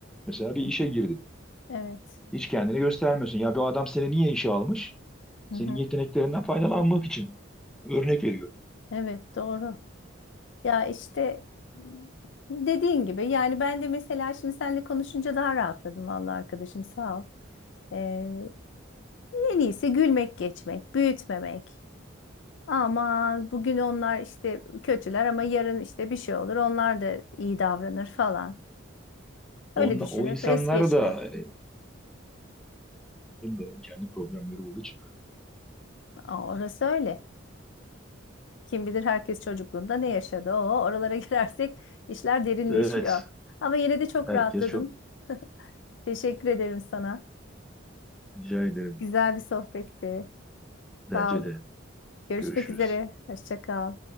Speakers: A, in the centre; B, on the left (about 65°).
A: mesela bir
B: Hı
A: işe
B: hı.
A: girdin.
B: Evet.
A: Hiç kendini göstermiyorsun. Ya bu adam seni niye işe almış? Senin
B: Hı hı.
A: yeteneklerinden faydalanmak için. Örnek veriyor.
B: Evet, doğru. Ya işte dediğin gibi yani ben de mesela şimdi seninle konuşunca daha rahatladım vallahi arkadaşım sağ ol. Ee, en iyisi gülmek geçmek, büyütmemek. Ama bugün onlar işte kötüler ama yarın işte bir şey olur onlar da iyi davranır falan. Öyle
A: Onla,
B: düşünüp
A: o insanlar
B: es geçmek.
A: da, e, bunların da kendi problemleri olduğu için böyle.
B: Aa, orası öyle. Kim bilir herkes çocukluğunda ne yaşadı. Oo, oralara <laughs> girersek işler derinleşiyor.
A: Evet.
B: Ama yine de çok
A: Herkes
B: rahatladım.
A: çok
B: Teşekkür ederim sana.
A: rica ederim.
B: Güzel bir sohbetti.
A: Bence
B: Sağ ol.
A: de.
B: Görüşmek
A: Görüşürüz.
B: üzere. Hoşça kal.